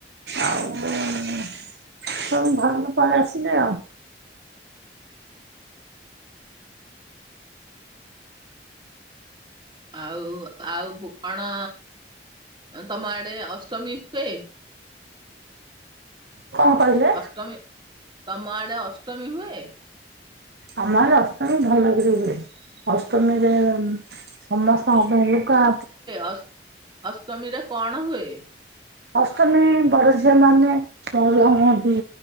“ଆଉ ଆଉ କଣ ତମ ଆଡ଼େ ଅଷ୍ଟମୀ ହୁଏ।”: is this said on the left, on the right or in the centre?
Right